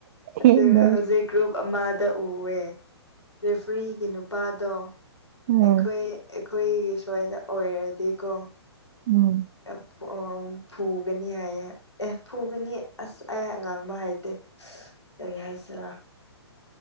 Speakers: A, on the left; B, on the right.
A: ꯑꯗꯨꯒ
B: ꯎꯝ
A: ꯍꯨꯖꯤꯛ ꯒ꯭ꯔꯨꯞ ꯑꯃꯗ ꯎꯋꯦ ꯔꯦꯐ꯭ꯔꯤꯒꯤ ꯅꯨꯄꯥꯗꯣ
B: ꯎꯝ
A: ꯑꯩꯈꯣꯏ ꯑꯩꯈꯣꯏꯒꯤ ꯁ꯭ꯋꯥꯏꯗ ꯑꯣꯏꯔꯗꯤꯀꯣ
B: ꯎꯝ
A: ꯌꯥꯝ ꯑꯣ ꯐꯨꯒꯅꯤ ꯍꯥꯏꯌꯦ ꯑꯦ ꯐꯨꯒꯅꯤ ꯑ꯭ꯁ ꯑꯩ ꯉꯥꯡꯕ ꯍꯩꯇꯦ ꯀ꯭ꯔꯤ ꯍꯥꯏꯁꯤꯔ